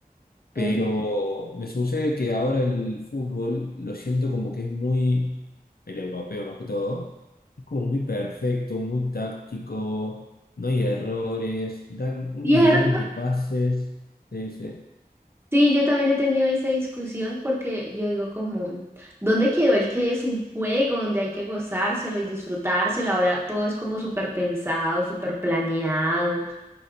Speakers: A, on the left (about 75°); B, on the right (about 15°).
A: Pero
B: Ujú.
A: me sucede que ahora el fútbol lo siento como que es muy, el europeo más que todo, es como muy perfecto, muy táctico, no hay errores, dan un
B: Cierto.
A: millón de pases. sí, sí.
B: Sí, yo también he tenido esa discusión porque yo digo como, ¿dónde quedó el que es un juego donde hay que gozárselo y disfrutárselo? Ahora todo es como súper pensado, súper planeado.